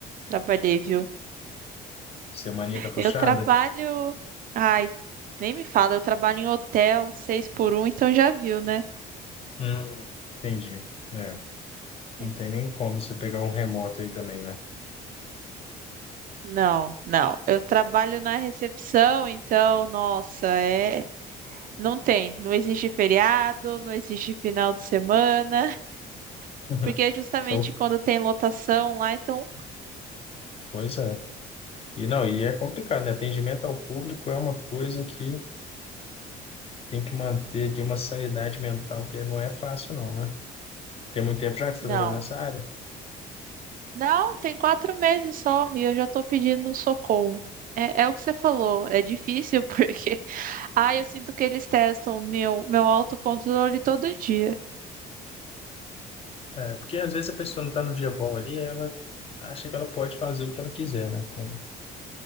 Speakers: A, on the right; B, on the left.
A: trabalhei, viu?
B: Semaninha tá puxada?
A: Eu trabalho. Ai, nem me fala, eu trabalho em hotel, seis por um, então já viu, né?
B: Hum, entendi. É. Não
A: É.
B: tem nem como você pegar um remoto aí também, né?
A: Não, não. Eu trabalho na recepção, então, nossa, é Não tem, não existe feriado, não existe final de semana, <laughs>
B: Uhum.
A: porque é justamente
B: São-
A: quando tem lotação lá, então
B: Pois é. E não, e é complicado, né? Atendimento ao público é uma coisa que tem que manter de uma sanidade mental que não é fácil, não, né? Tem muito tempo já que você
A: não.
B: está trabalhando nessa área.
A: Não, tem quatro meses só e eu já tô pedindo um socorro. É, é o que você falou, é difícil <laughs> porque, ah, eu sinto que eles testam meu meu autocontrole todo dia.
B: É, porque às vezes a
A: Juro.
B: pessoa não está no dia bom ali, ela acha que ela pode fazer o que ela quiser, né? Com,